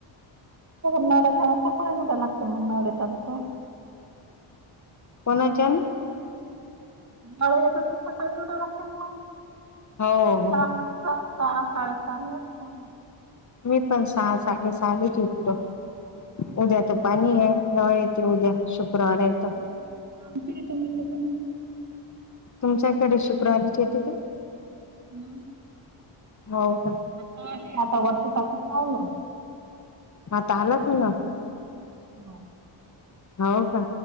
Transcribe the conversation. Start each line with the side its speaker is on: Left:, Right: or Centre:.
Right: ना्याच्या <unintelligible> सकाळी जुठ लागते मग तगतो
Left: कोणाच्या?
Right: नवरा जातो मग सकाळी उठावं लागतं मग,
Left: हो हो
Right: सहाला. सहा साडेसहाला उठतो.
Left: मी पण सहा साडेसहलाच उठतो. उद्या तर पाणी आहे, नळ येत उद्या. शुक्रार आहेे
Right: हम्म,
Left: तर.
Right: आमच्या इथं मिळत ना.
Left: तुमच्याकडे शुक्रवारीचे येते का?
Right: हम्म.
Left: हो का.
Right: आता आले आता वरच्या टाकीत लावल.
Left: आता आलाच आहे ना.
Right: हा.
Left: हो का